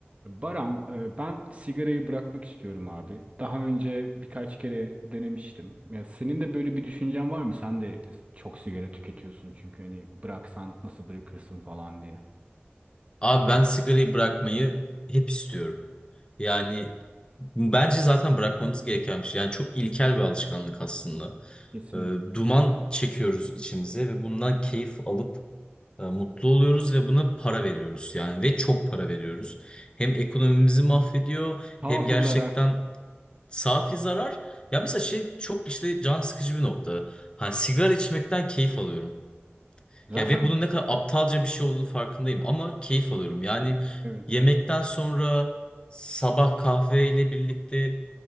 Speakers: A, on the right (about 30°); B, on the left (about 25°).
A: Baran, e, ben sigarayı bırakmak istiyorum abi. Daha önce birkaç kere denemiştim. Ya senin de böyle bir düşüncen var mı? Sen de çok sigara tüketiyorsun çünkü hani bıraksan nasıl bırakırsın falan diye.
B: Abi ben sigarayı bırakmayı hep istiyorum. Yani bence zaten bırakmamız gereken bir şey. Yani çok ilkel bir alışkanlık aslında.
A: Kesinlikle.
B: Ee, duman çekiyoruz içimize ve bundan keyif alıp e, mutlu oluyoruz ve buna para veriyoruz yani ve çok para veriyoruz. Hem ekonomimizi mahvediyor
A: Kafi
B: hem gerçekten
A: zarar.
B: safi zarar. Ya mesela şey çok işte can sıkıcı bir nokta. Hani sigara içmekten keyif alıyorum.
A: Zaten
B: Ya ve bunun ne kadar aptalca bir şey olduğunu farkındayım ama keyif alıyorum. Yani
A: evet
B: yemekten sonra sabah kahveyle birlikte